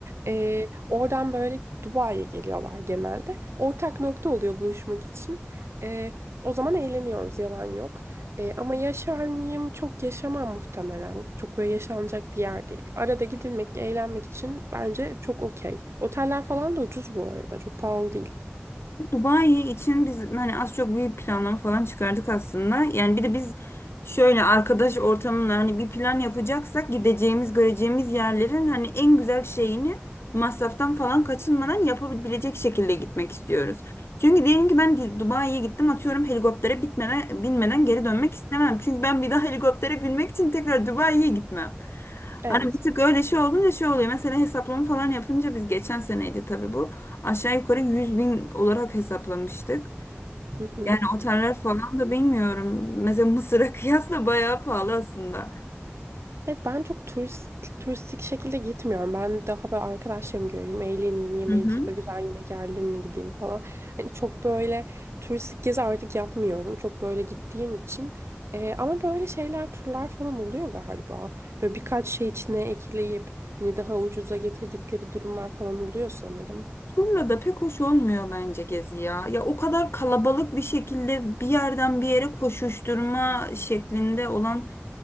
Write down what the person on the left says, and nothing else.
Dubai için biz hani az çok bir planlama falan çıkardık aslında. Yani bir de biz şöyle arkadaş ortamında hani bir plan yapacaksak gideceğimiz, göreceğimiz yerlerin hani en güzel şeyini masraftan falan kaçınmadan yapabilecek şekilde gitmek istiyoruz. Çünkü diyelim ki ben Di- Dubai'ye gittim atıyorum helikoptere bitmeden, binmeden geri dönmek istemem. Çünkü ben bir daha <laughs> helikoptere binmek için tekrar Dubai'ye gitmem.
Hani bir tık öyle şey olunca şey oluyor. Mesela hesaplama falan yapınca biz geçen seneydi tabii bu. Aşağı yukarı 100 bin olarak hesaplamıştık.
Yani oteller falan da bilmiyorum. Mesela Mısır'a <laughs> kıyasla bayağı pahalı aslında.
Hı hı.
Turla da pek hoş olmuyor bence gezi ya. Ya o kadar kalabalık bir şekilde bir yerden bir yere koşuşturma şeklinde olan